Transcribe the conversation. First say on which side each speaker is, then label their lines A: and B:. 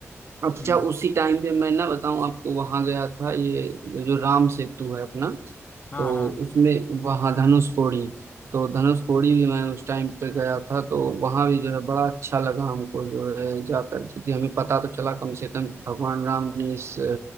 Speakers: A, on the right; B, on the left.
A: अच्छा
B: हम्म
A: उसी टाइम पे मैं ना बताऊं आपको वहां गया था ये जो राम सेतु है अपना
B: हाँ
A: तो
B: हाँ
A: उसमें वहाँ धनुष कोडी तो धनुष कोडी भी मैं उस टाइम पे गया था तो वहाँ भी जो है बड़ा अच्छा लगा हमको जो है जाकर क्योंकि हमें पता तो चला कम से कम कि भगवान राम ने इस अ,